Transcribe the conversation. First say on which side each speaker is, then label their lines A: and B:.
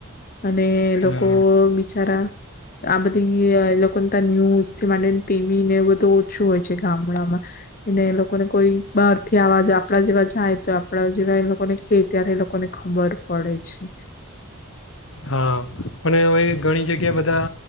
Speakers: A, on the left; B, on the left.
A: અને લોકો
B: ને
A: બિચારા આ બધી એ લોકો નેતા ન્યૂઝથી માંડીને ટીવી ને બધું ઓછું હોય છે ગામડામાં, અને એ લોકોને કોઈ બહારથી આવાજ આપડા જેવા જાય તો આપડા જેવા એ લોકોને કે ત્યારે એ લોકોને ખબર પડે છે.
B: હા. મ હવે ઘણી જગ્યા બધા,